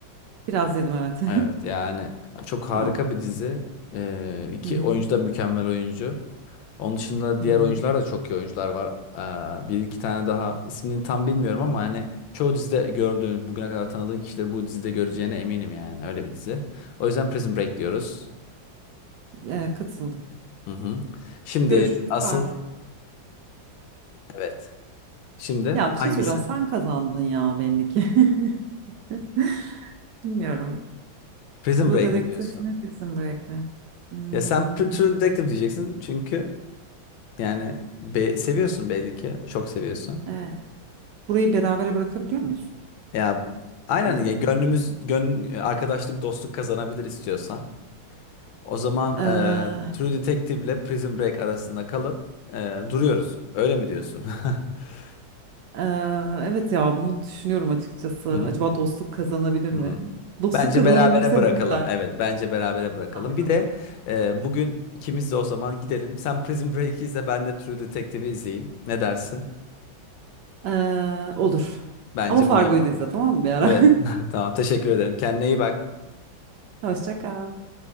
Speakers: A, on the right (about 70°); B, on the left (about 80°).
A: Biraz yedim evet.
B: Evet yani
A: <laughs>
B: çok harika
A: Tamam.
B: bir dizi. Ee, iki
A: Hı hı.
B: oyuncu da mükemmel oyuncu. Onun dışında diğer
A: Hı hı.
B: oyuncular da çok iyi oyuncular var. Ee, bir iki tane daha ismini tam bilmiyorum ama hani çoğu dizide gördüğün, bugüne kadar tanıdığın kişileri bu dizide göreceğine eminim yani. Öyle bir dizi. O yüzden Prison Break diyoruz.
A: Ee, katıldım.
B: Hı hı. Şimdi
A: Görüşürüz
B: asıl
A: pardon.
B: evet. Şimdi
A: Ya bir
B: hangisi?
A: şey soracağım. Sen kazandın ya belli ki. <laughs> Bilmiyorum.
B: Prison
A: True
B: Break
A: Detective
B: mi diyorsun?
A: mi Prison Break mi? Hmm,
B: Ya sen Pr- True Detective diyeceksin çünkü yani be- seviyorsun belli ki. Çok seviyorsun.
A: evet. Burayı berabere bırakabiliyor muyuz?
B: Ya aynen
A: Hayır.
B: ya gönlümüz gön arkadaşlık dostluk kazanabilir istiyorsan. O zaman
A: Ee,
B: e, True Detective ile Prison Break arasında kalıp e, duruyoruz. Öyle mi diyorsun? <laughs>
A: ee, evet ya bunu düşünüyorum açıkçası. Acaba
B: Hı,
A: dostluk kazanabilir mi?
B: hı.
A: Dostluk
B: Bence
A: kazanabilirse
B: berabere bırakalım.
A: ne güzel.
B: Evet, bence berabere bırakalım.
A: Faydalarım.
B: Bir de e, bugün ikimiz de o zaman gidelim. Sen Prison Break'i izle, ben de True Detective'i izleyeyim. Ne dersin?
A: Ee, olur.
B: Bence
A: Ama Fargo'yu
B: bunu yapalım.
A: da izle tamam mı bir ara?
B: Evet, <laughs> tamam. Teşekkür ederim. Kendine iyi bak.
A: <laughs> Hoşça kal.